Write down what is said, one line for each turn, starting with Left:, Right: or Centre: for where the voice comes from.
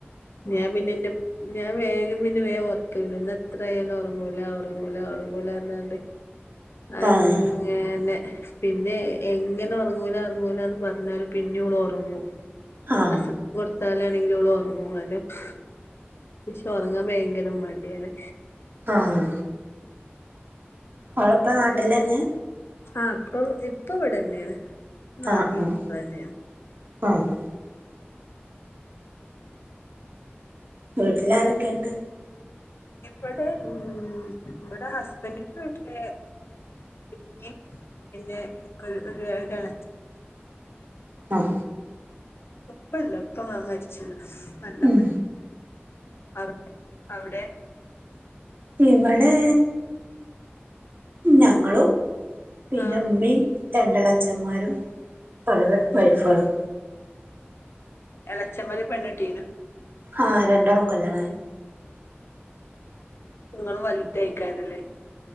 Left: ഞാം പിന്നെ ന്റെ ഞാൻ വേഗം പിന്നെ വേഗം ഒർക്കല്ണ്ട് പിന്നെ എത്രയാലും ഒറങ്ങൂലാ ഒറങ്ങൂലാ ഒറങ്ങൂലാർഞ്ങ്ങാണ്ട് അങ്ങനെ.
Right: ആഹ്
Left: പിന്നെ എങ്ങനെ ഒറങ്ങൂല ഒറങ്ങൂലാന്ന് പർഞ്ഞാലും പിന്നി ഓള ഒറങ്ങും.
Right: ആഹ്
Left: രസം കൊടുത്താലാണെങ്കിലും ഓള് ഒർങ്ങും <unintelligible> പക്ഷേ ഒറങ്ങാം ഭയങ്കര മടിയാണ്.
Right: ആഹ്, ഓളപ്പ നാട്ടിലന്നെ?
Left: ആഹ് പ്പൊ ഇപ്പ ഇവടനേണ് നാട്ടില്
Right: ആഹ് ആഹ്
Left: നിക്ക്ണനേണ്.
Right: <unintelligible> വ്ട്ടില് ആരേക്കണ്ട്?
Left: ഇബടെ ഉം ഇവടെ ഹസ്ബൻഡിന്റെ വീട്ട്ല് <unintelligible> പിന്നെ കുക്കൾ ഒര് തെള
Right: ആഹ്.
Left: ഉപ്പല്ല ഉപ്പ മ മര്ച്ച് <unintelligible> നല്ലപ്പ
Right: ഉം
Left: <unintelligible> അവടെ?
Right: ഇവടെ ഞങ്ങളും പിന്നെ
Left: ആ
Right: മമിം രണ്ടേഎളേച്ഛമ്മാരും <unintelligible> വൈഫ്ആളും.
Left: എളേച്ഛൻമ്മാര് പെണ്ണ്ട്ടീനു.
Right: ആഹ് രണ്ടാളും കല്യാണം കയ്ഞ്ഞു.
Left: ങ്ങളും വൽതെയ്ക്കാരല്ലേ.